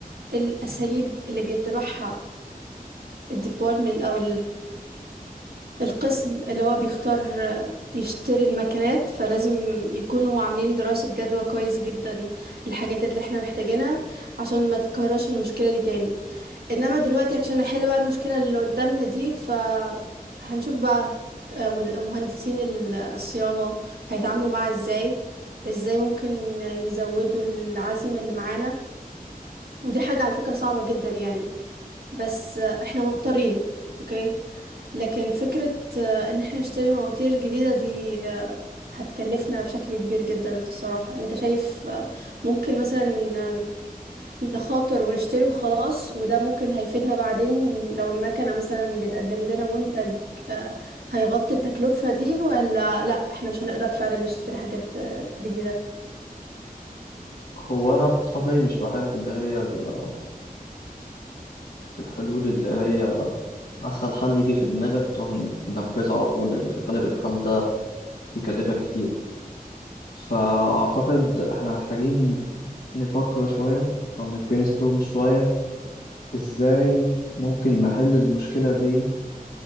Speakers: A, on the right; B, on the left.
A: الاساليب اللي بيتبعها الديبارتمنت او القسم اللي هو بيختار يشتري المكنات فلازم يكونوا عاملين دراسة جدوى كويس جدا للحاجات اللي احنا محتاجينها عشان ما تتكررش المشكلة دي تاني انما دلوقتي عشان نحل بقى المشكلة اللي قدامنا دي فهنشوف بقى آه، مد- مهندسين ال- الصيانة هيتعاملوا معاها ازاي ازاي ممكن يزودوا العزم اللي معانا ودي حاجة على فكرة صعبة جدا يعني بس آه، احنا مضطرين اوكي لكن فكرة آه، ان احنا نشتري مواتير جديدة دي آه، هتكلفنا بشكل كبير جدا الصراحة انت شايف آه، ممكن مثلا آه، نخاطر ونشتري وخلاص وده ممكن هيفيدنا بعدين لو المكنة مثلا بتقدم لنا منتج آه، هيغطي التكلفة دي ولا لا احنا مش هنقدر فعلا نشتري حاجات آه، جديدة
B: هو أنا بطبعي مش بحب اللي هي ال- الحلول اللي هي أسهل حل يجي في دماغك تروح تنفذه على طول لأن في الغالب الحل ده بيكلفك كتير فأعتقد إحنا محتاجين نفكر شوية أو نبرينستورم شوية إزاي ممكن نحل المشكلة دي